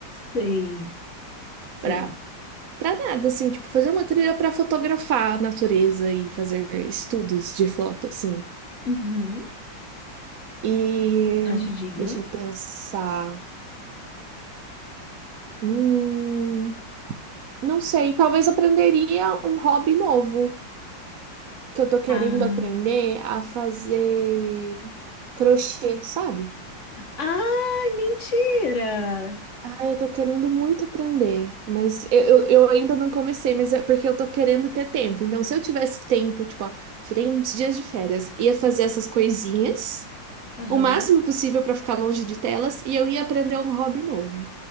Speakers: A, on the left (about 40°); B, on the right (about 60°).
A: Sei, sei.
B: pra, pra nada, assim. Tipo, fazer uma trilha pra fotografar a natureza e fazer estudos de foto, assim.
A: Uhum.
B: E
A: Acho digno.
B: deixa eu pensar. Hum, não sei, talvez aprenderia um hobby novo. que eu tô querendo
A: Ah,
B: aprender a fazer crochê, sabe?
A: ai, mentira.
B: Ah, eu tô querendo muito aprender, mas eu, eu, eu ainda não comecei, mas é porque eu tô querendo ter tempo. Então, se eu tivesse tempo, tipo, ó, tirei uns dias de férias, ia fazer essas coisinhas,
A: Aham,
B: o máximo possível pra ficar longe de telas, e eu ia aprender um hobby novo.